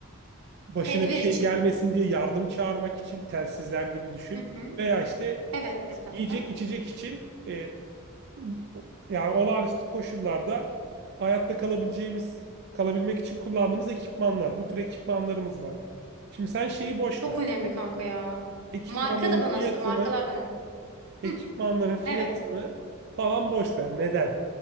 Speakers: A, on the right; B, on the right.
A: başına
B: Tedbir
A: bir şey
B: için.
A: gelmesin diye yardım çağırmak için telsizler gibi düşün.
B: Hı hı.
A: Veya işte
B: Evet kanka.
A: yiyecek içecek için e, o- yani olağanüstü koşullarda hayatta kalabileceğimiz, kalabilmek için kullandığımız ekipmanlar. Bu tür ekipmanlarımız var. Şimdi sen şeyi boş
B: Çok
A: ver.
B: önemli kanka ya.
A: Ekipmanların
B: Marka da bana
A: fiyatını,
B: sö- markalar dönemi.
A: ekipmanların
B: Hı,
A: fiyatını
B: evet.
A: falan boş ver. Neden?